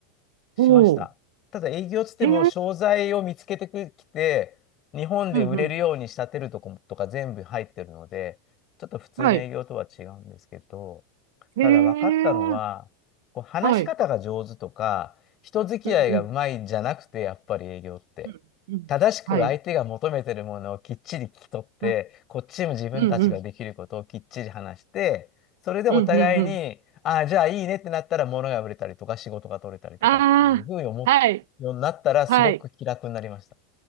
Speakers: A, on the left; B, on the right.
A: しました。
B: おー。
A: ただ営業つっても商材を見つけてきて、
B: へえ。
A: 日本で売れるように仕立てるとことか全部入ってるので、
B: うん、うん。
A: ちょっと普通の営業とは違うんですけど、
B: はい。
A: ただ分かったのは、
B: へえ。
A: こう話し方が上手とか、
B: はい。
A: 人付き合いがうまいんじゃなくて、
B: うん、うん。
A: やっぱり営業って。
B: うん、うん。
A: 正しく相手が求めてるものをきっちり聞き取って、
B: はい。あ
A: こっちも自分たちができることをきっちり話して、
B: うん、うん。
A: それでお互いに、
B: うん、うん、うん。
A: ああ、じゃあいいねってなったら物が売れたりとか仕事が取れたりとかっていうふうに思うようになったらすごく気楽になりました。
B: ああ。はい。はい。